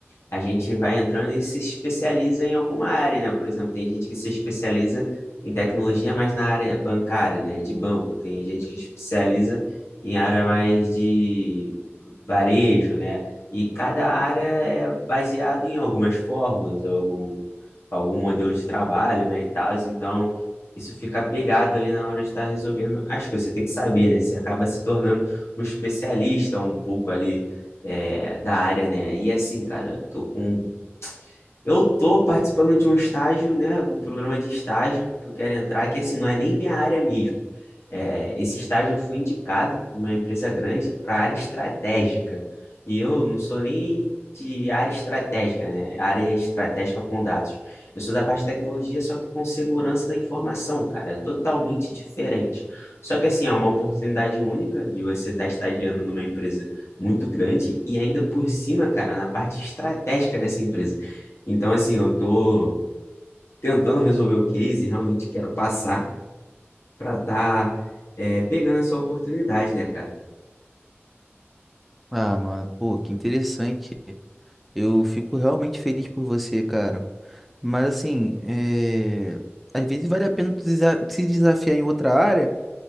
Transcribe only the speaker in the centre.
Ah, mano, pô, que interessante. Eu fico realmente feliz por você, cara. Mas assim, é... às vezes vale a pena tu desa- se desafiar em outra área,